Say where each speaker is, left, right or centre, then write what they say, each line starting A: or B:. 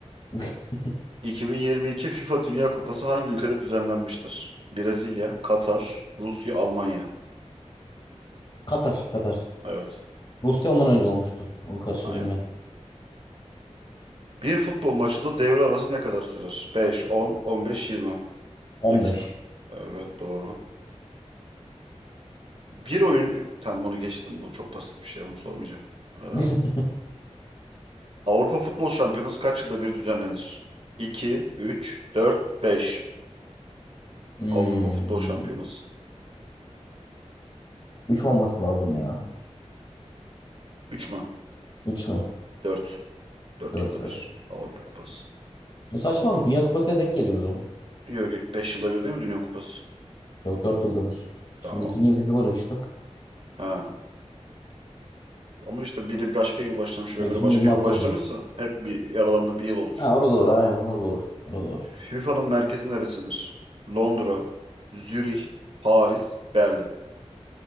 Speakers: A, on the left; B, on the right.
A: <laughs>
B: 2022 FIFA Dünya Kupası hangi ülkede düzenlenmiştir? Brezilya, Katar, Rusya, Almanya.
A: Katar, Katar.
B: Evet.
A: Rusya ondan önce olmuştu. Onu karıştırdım
B: Aynen.
A: ben.
B: Bir futbol maçında devre arası ne kadar sürer? 5, 10, 15, 20
A: 15.
B: dakika. Evet doğru. Bir oyuncu... Tamam bunu geçtim. Bu çok basit bir şey. Bunu sormayacağım. Ee,
A: <laughs>
B: Avrupa Futbol Şampiyonası kaç yılda bir düzenlenir? 2, 3, 4, 5.
A: Hmm.
B: Avrupa Futbol Şampiyonası.
A: üç olması lazım ya.
B: 3 mü?
A: 3 mü?
B: 4. 4
A: 4.
B: yılda bir. Avrupa Kupası.
A: Bu saçmalamış. Dünya Kupası'na denk geliyor o zaman.
B: Yok 5 yılda bir değil mi Dünya Kupası?
A: Yok 4 yılda bir.
B: Tamam.
A: Şimdi 2028 olacak işte.
B: Ha. Ama işte biri başka yıl başlamış ve
A: Yok
B: biri
A: 2026
B: başka yıl başlamışsa
A: olacak.
B: hep bir aralarında bir yıl olur.
A: Ha orada doğru aynen orada doğru. Orada doğru.
B: FIFA'nın merkezi neresidir? Londra, Zürih, Paris, Berlin.